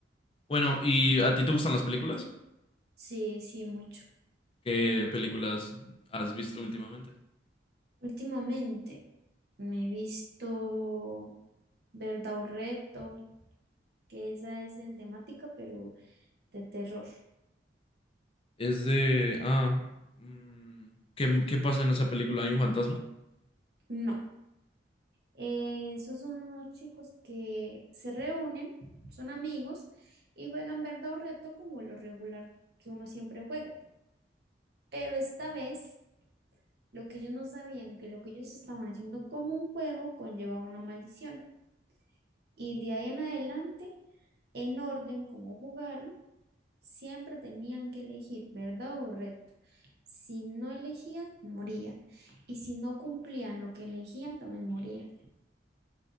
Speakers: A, on the left; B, on the right.
A: Bueno, ¿y a ti te gustan las películas?
B: sí, sí, mucho.
A: ¿Qué películas has visto últimamente?
B: Últimamente me he visto Verdad o Reto, que esa es en temática, pero de terror.
A: Es de, ah, mm, ¿qué, qué pasa en esa película? ¿Hay un fantasma?
B: No. Eh, esos son unos chicos que se reúnen, son amigos y juegan verdad o reto como lo regular que uno siempre juega. Pero esta vez, lo que ellos no sabían, que lo que ellos estaban haciendo como un juego conllevaba una maldición. Y de ahí en adelante, en orden como jugaron, siempre tenían que elegir verdad o reto. Si no elegían, morían. Y si no cumplían lo que elegían, también morían.